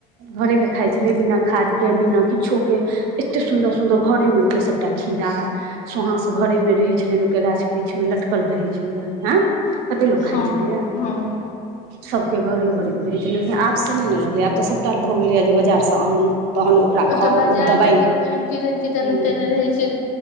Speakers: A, on the right; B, on the left.
A: घरे के खाइ छलै बिना खाद के बिना किछ एते सुंन्दर सुंदर घरे मे लोक सबटा खीरा सोहास घरे मे रहे छले लोक कें गाछ वृक्ष मे लटकल रहै छलियए ऐं कते लोको
B: हँ
A: खाइ छलियए
B: हँ
A: सबके घरे घरे मे रहै छै लेकिन आब से नहि ने रहल आब तऽ सबटा भऽ गेलै यै जे बाजार से आनू तहन ओकरा खाउ
B: तऽ बाजार
A: ओ दबाइ
B: मे तऽ किदेन किदेन
A: हँ
B: देने रहै छै